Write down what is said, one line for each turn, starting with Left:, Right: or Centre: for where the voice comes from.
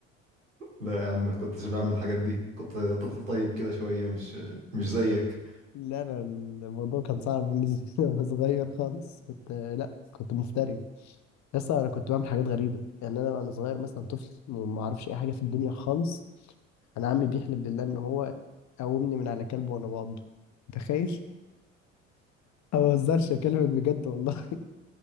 Right: لا يا عم كنتش بعمل الحاجات دي كنت طفل طيب كده شويه مش مش زيك
Left: لا انا الموضوع كان صعب بالنسبه لي <laughs> وانا صغير خالص كنت لا كنت مفتري لسه انا كنت بعمل حاجات غريبه يعني انا وانا صغير مثلا طفل وما اعرفش اي حاجه في الدنيا خالص انا عمي بيحلف بالله ان هو قومني من على كلب وانا بعضه تخيل أنا ما بهزرش اكلمك بجد والله <laughs>